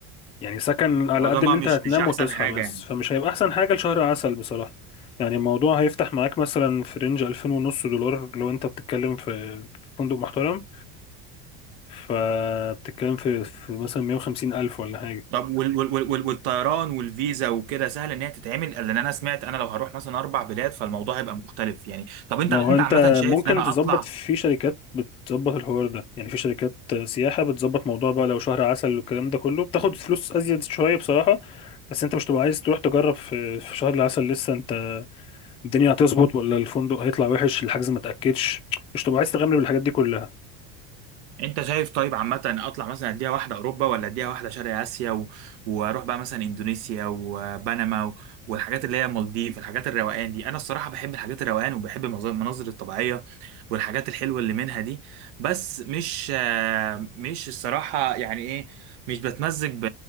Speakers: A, on the left; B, on the right.
A: يعني سكن على
B: معظمها
A: قد ان انت
B: مش
A: هتنام
B: مش احسن
A: وتصحى
B: حاجة
A: بس
B: يعني
A: فمش هيبقى احسن حاجة لشهر عسل بصراحة يعني الموضوع هيفتح معاك مثلا في رينج ألفين ونص دولار لو انت بتتكلم في فندق محترم فبتتكلم في, في مثلا مية وخمسين ألف ولا حاجة
B: طب وال وال وال وال- والطيران والفيزا وكده سهل ان هي تتعمل لان انا سمعت انا لو هروح مثلا اربع بلاد فالموضوع هيبقى مختلف يعني طب انت
A: ما
B: انت
A: هو انت
B: عامه شايف
A: ممكن
B: ان انا
A: تظبط
B: اطلع
A: في شركات بتظبط الحوار ده يعني في شركات سياحة بتظبط موضوع بقى لو شهر عسل والكلام ده كله بتاخد فلوس أزيد شوية بصراحة بس انت مش تبقى عايز تروح تجرب في, في شهر العسل لسه انت الدنيا هتظبط ولا الفندق هيطلع وحش الحجز ما تاكدش مش تبقى عايز تغامر بالحاجات دي كلها
B: انت شايف طيب عامة اطلع مثلا اديها واحدة اوروبا ولا اديها واحدة شرق اسيا و... واروح بقى مثلا اندونيسيا وبنما و... والحاجات اللي هي مالديف الحاجات الروقان دي انا الصراحة بحب الحاجات الروقان وبحب المناظر المناظر الطبيعية والحاجات الحلوة اللي منها دي بس مش آه، مش الصراحة يعني ايه مش بتمزج ب